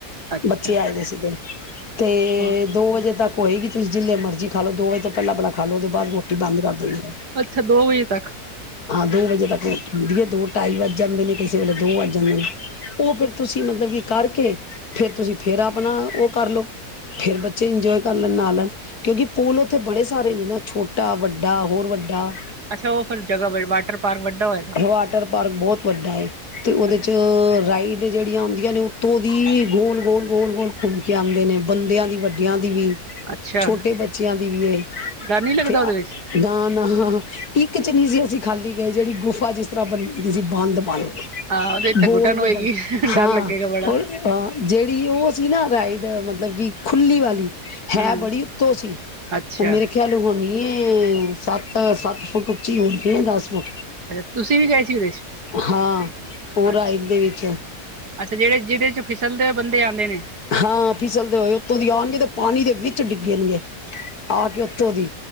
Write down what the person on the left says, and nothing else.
ਬੱਚੇ ਆਏ ਦੇ ਸੀਗੇ। ਤੇ
ਤੱਕ ਹੋਏਗੀ ਚੀਜ ਜਿਨੀ ਮਰਜੀ ਖਾ ਲੋ ਦੋ ਵਜੇ ਤੋਂ ਪਹਿਲਾ, ਪਹਿਲਾ ਖਾ ਲੋ ਉਹਦੇ ਬਾਦ ਰੋਟੀ ਬੰਦ ਕਰ ਦੇਨੀ
ਦੋ ਵਜੇ ਰੋਟੀ ਹੁੰਦੀ ਏ ਦੋ ਢਾਈ ਵੱਜ ਜਾਂਦੇ ਨੇ ਕਿਸੇ ਵੇਲੇ ਦੋ ਵੱਜ ਜਾਂਦੇ ਨੇ। ਉਹ ਫੇਰ ਤੁਸੀਂ ਮਤਲਬ ਕਿ ਕਰਕੇ ਫੇਰ ਤੁਸੀ ਫੇਰ ਆਪਣਾ ਉਹ ਕਰਲਓ ਫੇਰ ਜੇ ਇੰਜੋਏ ਕਰ ਲੈਨ ਨਾ ਲੈਨ। ਕਿਉਂਕਿ ਪੂਲ ਓਥੇ ਬੜੇ ਸਾਰੇ ਨੇ ਨਾ ਛੋਟਾ-ਵੱਡਾ ਹੋਰ ਵੱਡਾ।
ਵਾਟਰ ਪਾਰਕ ਬਹੁਤ ਵੱਡਾ। ਤੇ ਉਹਦੇ
ਚ ਰਾਈਟ ਤੇ ਜਿਹੜੀਆਂ ਆਉਂਦੀਆਂ ਨੇ ਉਤੋਂ ਦੀ ਗੋਲ-ਗੋਲ- ਗੋਲ- ਗੋਲ ਘੁੰਮ ਕੇ ਆਉਂਦੇ ਨੇ ਬੰਦਿਆਂ ਦੀ ਵੱਡਿਆਂ ਦੀ ਵੀ
ਛੋਟੇ ਬੱਚਿਆਂ ਦੀ ਵੀ ਏ
ਤੇ
ਅ
ਦਾ ਨਾ ਇੱਕ ਚ ਨੀਸੀ ਅਸੀ ਖਾਲੀ ਗਏ ਜਿਹੜੀ ਗੁਫ ਆ ਜਿਸ ਤਰ੍ਹਾਂ ਬਣੀ ਦੀ ਸੀ ਬੰਦ-ਬੰਦ।
ਗੋਲ-ਗੋਲ
ਹਾਂ
ਉਹ ਅਹ ਜਿਹੜੀ ਉਹ ਸੀ ਨਾ ਰਾਈਟ ਮਤਲਬ ਕਿ ਖੁੱਲੀ ਵਾਲੀ।
ਹੈ ਬੜੀ ਉਤੋਂ ਸੀ
ਉਹ ਮੇਰੇ ਖਿਆਲ ਹੁਣੀ। ਏ ਸੱਤ-ਸੱਤ ਫੁਟ ਉੱਚੀ ਹੋਂਦੀ ਦਸ ਫੁੱਟ।
ਹਾਂ ਉਹ
ਰਾਈਟ ਦੇ ਵਿੱਚ,
ਹਾਂ ਫਿਸਲਦੇ ਹੋਏ ਉਥੋਂ ਦੀ ਆਣਗੇ ਤੇ ਪਾਣੀ ਦੇ ਵਿੱਚ ਡਿਗਣਗੇ। ਆ ਕੇ ਉੱਥੋਂ ਦੀ